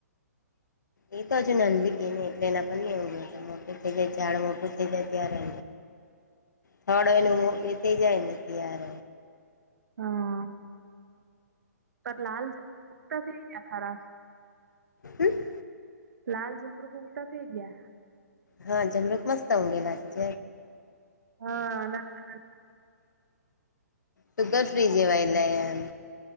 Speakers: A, on the left; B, on the right.
A: એ તો હજુ નંદી કે ને એટલે એના પણ કેવું જો મોટું થઈ જાય ઝાડ મોટું થઈ જાય ત્યારે થડ એ હું એ થઈ જાયને યાર
B: હા. પર લાલ દેખતા થયા ખરા
A: હમ.
B: લાલ જમરુખ ઊગતા થઈ ગયા.
A: હા જમરૂખ મસ્ત ઉગેલા જ
B: હા ના
A: સુગર ફ્રી જેવા એટલે એમ